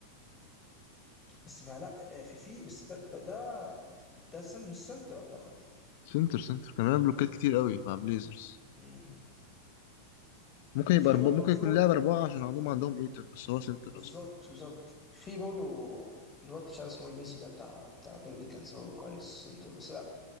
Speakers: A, on the left; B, on the left.
A: بس ما لا آه، في في بس ده ده ده, ده سن مش سنتر اعتقد
B: سنتر سنتر كان بيعمل بلوكات كتير قوي مع بليزرز
A: مم.
B: ممكن يبقى
A: في
B: أربعة
A: برضه
B: ممكن
A: في
B: يكون
A: برضه
B: لاعب أربعة عشان عندهم عندهم ايتون بس هو سنتر
A: بالظبط
B: أصلا
A: بالظبط في برضه الواد مش عارف اسمه إيه، ميسي ده بتاع بتاع بيليكنز برضه كويس سنتر بس لا